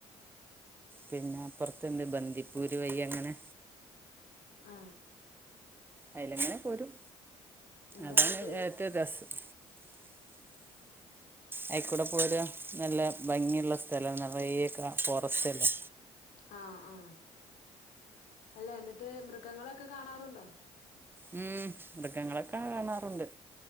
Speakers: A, on the right; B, on the left.
A: പിന്നെ അപ്പുറത്ത്ണ്ട് ബന്ദിപ്പൂര് വയി അങ്ങനെ
B: ആ
A: അയിലെ ഇങ്ങനെ പോരും
B: എന്താന്നിട്ട്
A: അതാണ് ഏറ്റവും രസം അയിക്കൂടെ പോര നല്ല ഭംഗിള്ള സ്ഥലം നിറയൊക്കെ ഫോറസ്റ്റ് അല്ലേ
B: ആ ആ അല്ല എന്നിട്ട് മൃഗങ്ങളൊക്കെ കാണാറുണ്ടോ
A: ഉം മൃഗങ്ങളൊക്കെ കാണാറുണ്ട്